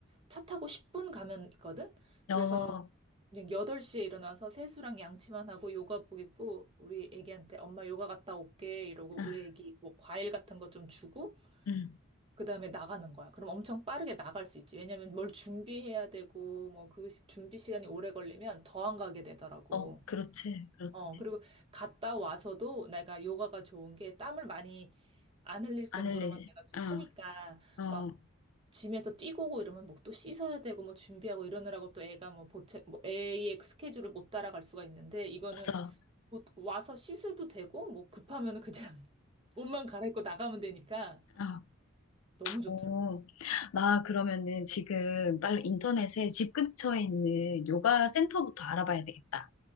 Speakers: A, on the right (about 25°); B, on the left (about 80°).
A: 차 타고 10분 가면 있거든? 어. 그래서
B: 어,
A: 그냥 8시에 일어나서 세수랑 양치만 하고 요가복 입고 우리 애기한테 엄마 요가 갔다 올게 이러고
B: 아,
A: 우리 애기 뭐 과일 같은 거 좀 주고
B: 응,
A: 그다음에 나가는 거야. 그럼 엄청 빠르게 나갈 수 있지. 왜냐면 뭘 준비해야 되고 뭐 그 준비 시간이 오래 걸리면 더 안 가게 되더라고.
B: 어, 그렇지, 그렇지.
A: 어, 그리고 갔다 와서도 내가 요가가 좋은 게 땀을 많이 안 흘릴
B: 안
A: 정도로만
B: 흘리지.
A: 내가 좀
B: 어,
A: 하니까
B: 어,
A: 막 짐에서 뛰고 오고 이러면 뭐 또 씻어야 되고 뭐 준비하고 이러느라고 또 애가 뭐 보채 뭐 애의 스케줄을 못 따라갈 수가 있는데 이거는
B: 맞아.
A: 뭐 와서 씻어도 되고 뭐 급하면은 그냥 <laughs> 옷만 갈아입고 나가면 되니까
B: 어,
A: 너무 좋더라고.
B: 어. 나 그러면은 지금 빨리 인터넷에 집 근처에 있는 요가 센터부터 알아봐야 되겠다.